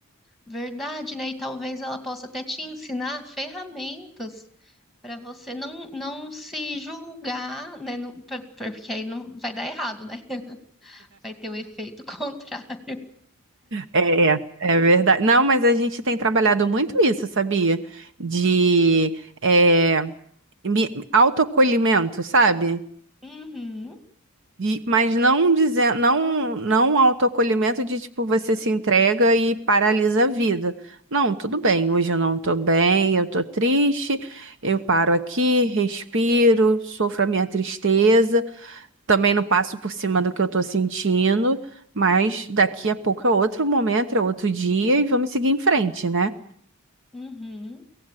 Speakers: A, in the centre; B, on the right.
A: Verdade, né? E talvez ela possa até te ensinar ferramentas para você não, não se julgar, né? Não- pra- pra- porque aí não vai dar errado, né? Vai ter o efeito <laughs> contrário.
B: É, é verdade. Não, mas a gente tem trabalhado muito isso, sabia? De é, me- autoacolhimento, sabe?
A: Uhum,
B: E- mas não dizer, não, não um autoacolhimento de tipo você se entrega e paralisa a vida. Não, tudo bem, hoje eu não tô bem, eu tô triste, eu paro aqui, respiro, sofro a minha tristeza, também não passo por cima do que eu tô sentindo, mas daqui a pouco é outro momento, é outro dia e vamos seguir em frente, né?
A: uhum.